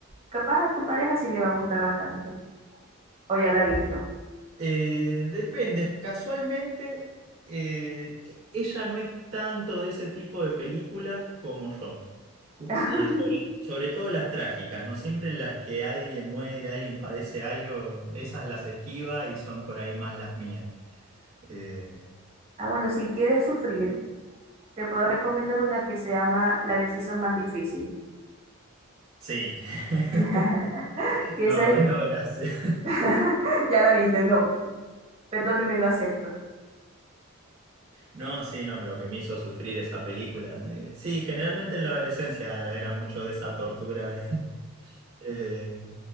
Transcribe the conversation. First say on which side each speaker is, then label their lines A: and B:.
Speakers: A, on the right (about 25°); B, on the right (about 80°).
A: Capaz a tu pareja sí le va a gustar bastante. O ya la he visto.
B: Eh, depende, casualmente eh, e- ella no es tanto de ese tipo de películas como yo. Just-
A: <laughs>
B: eh, sobre, sobre todo las trágicas, ¿no? Siempre en las que alguien muere, alguien padece algo, esas las esquiva y son por ahí más las mías. Eh,
A: Ah, bueno, si quieres sufrir, te puedo recomendar una que se llama La decisión más difícil.
B: sí. <laughs>
A: <laughs> Que
B: No,
A: esa es...
B: no, gracias.
A: <laughs> Ya la viste, no. Perdóneme, no acepto.
B: No, sí, no, lo que me hizo sufrir esa película. Eh, Sí, generalmente en la adolescencia era mucho de esa tortura, de- <laughs> eh,